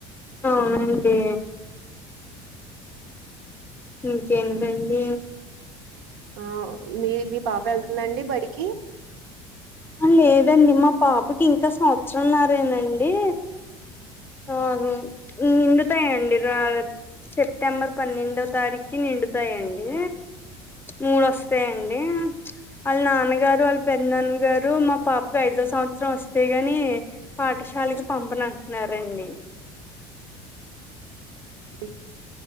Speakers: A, on the left (about 15°); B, on the right (about 60°).
A: అవునండి. ఇంకేంటండి
B: ఆ మీ పాప వెళ్తుందండి బడికి
A: లేదండి మా పాపకి ఇంకా సంవత్సరంన్నారేనండి అ అవి నిండుతాయి అండి సెప్టెంబర్ పన్నెండో తారీఖుకి నిండుతాయంండి మూడు వస్తాయండి వాళ్ళ నాన్నగారు వాళ్ళ పెద్దన్న గారు మా పాపకు ఐదో సంవత్సరం వస్తే గాని పాఠశాలకి పంపనంటున్నారండి
B: <unintelligible>